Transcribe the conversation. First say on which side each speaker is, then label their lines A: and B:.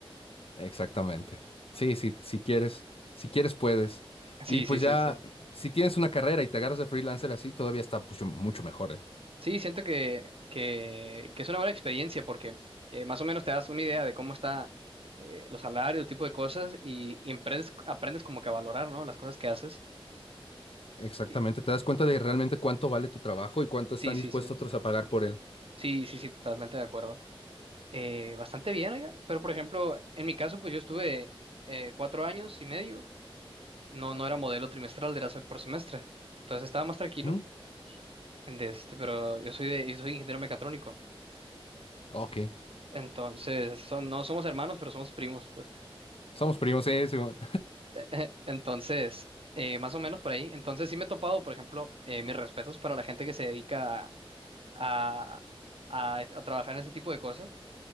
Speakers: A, on the left; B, on the right.
A: Exactamente. Sí, sí, si quieres, si quieres puedes.
B: Sí,
A: Y pues
B: sí, sí,
A: ya,
B: sí.
A: si tienes una carrera y te agarras de freelancer así, todavía está pues, mucho mejor, ¿eh?
B: Sí, siento que, que, que es una buena experiencia porque eh, más o menos te das una idea de cómo está eh, los salarios, tipo de cosas y, y emprendes- aprendes, como que a valorar, ¿no? Las cosas que haces.
A: Exactamente,
B: Y-
A: te das cuenta de realmente cuánto vale tu trabajo y cuánto están
B: sí, sí,
A: dispuestos
B: sí.
A: otros a pagar por él.
B: Sí, sí, sí, totalmente de acuerdo. Eh, bastante bien, oiga. Pero por ejemplo, en mi caso, pues yo estuve eh, cuatro años y medio. No, no era modelo trimestral, era se- por semestre. Entonces estaba más tranquilo.
A: ¿Mm?
B: De este, pero yo soy de, yo soy ingeniero mecatrónico.
A: Ok,
B: Entonces, son, no somos hermanos, pero somos primos, pues.
A: somos primos, sí, sí, bueno.
B: <laughs> Entonces, eh, más o menos por ahí. Entonces sí me he topado, por ejemplo, eh, mis respetos para la gente que se dedica a, a, a trabajar en ese tipo de cosas,